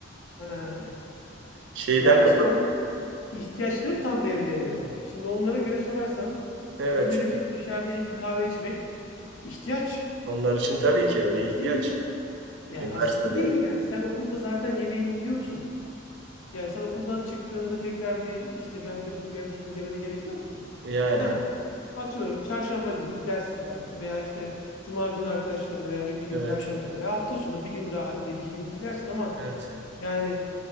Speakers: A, on the left; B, on the right.
A: Ha.
B: Şeyden
A: Ya
B: kapat.
A: işte orada ihtiyaçları tam belirleyemiyorlar. Şimdi onlara göre sorarsan
B: Evet.
A: günde bir kere dışarıda yiyip bir kahve içmek ihtiyaç.
B: Onlar için
A: İhtiyaç
B: tabii ki
A: mı
B: öyle
A: bu?
B: ihtiyaç.
A: Değil. Yani
B: Üniversitede.
A: aslında değil yani. Sen okulda zaten yemeğini yiyorsun. Yani sen okuldan çıktığında tekrar bir işte ben bir de burgerci gideyim demene gerek yok ki.
B: Yani.
A: Ha, atıyorum çarşamba günü gidersin belki veya işte cuma günü arkadaşlarınla veya bir, bir gün
B: Evet.
A: perşembe günü veya hafta sonu bir gün daha hadi diyelim iki gün gidersin ama
B: Evet.
A: yani